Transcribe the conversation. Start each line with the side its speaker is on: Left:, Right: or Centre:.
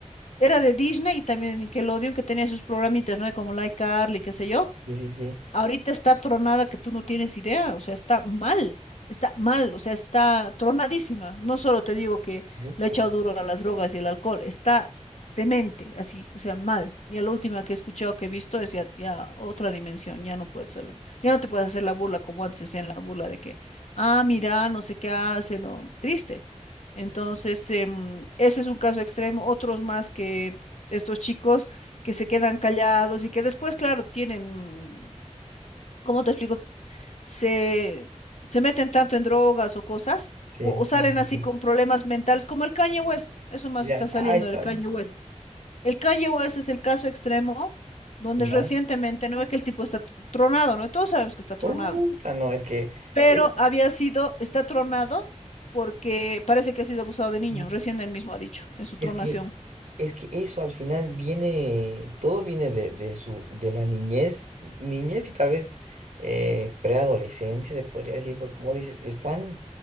Left: era de Disney y también de Nickelodeon que tenía sus programitas, ¿no? Como Like Carly, qué sé yo.
Right: Sí, sí, sí.
Left: Ahorita está tronada que tú no tienes idea, o sea, está mal, está mal, o sea, está tronadísima. No solo te digo que
Right: Puta.
Left: le he echado duro a las drogas y el alcohol, está demente, así, o sea, mal. Y la última que he escuchado, que he visto, es ya, ya otra dimensión, ya no puedes saber, ya no te puedes hacer la burla como antes hacían la burla de que, ah, mira, no sé qué hace, no, triste. Entonces, em, ese es un caso extremo, otros más que estos chicos que se quedan callados y que después, claro, tienen ¿cómo te explico? Se, se meten tanto en drogas o cosas,
Right: Sí.
Left: o, o salen
Right: Sí, sí,
Left: así
Right: sí.
Left: con problemas mentales, como el Kanye West, eso más
Right: Ya,
Left: está saliendo
Right: ah, está
Left: del Kanye
Right: bien.
Left: West. El Kanye West es el caso extremo donde
Right: Ya.
Left: recientemente, no ve que el tipo está tronado, ¿no? Todos sabemos que está tronado,
Right: Puta, no, es que...
Left: pero
Right: eh,
Left: había sido, está tronado porque parece que ha sido abusado de niño,
Right: <laughs>
Left: recién él mismo ha dicho en su tronación.
Right: Es que, es que eso al final viene, todo viene de, de su, de la niñez, niñez y tal vez eh, preadolescencia, se podría decir, porque como dices, están,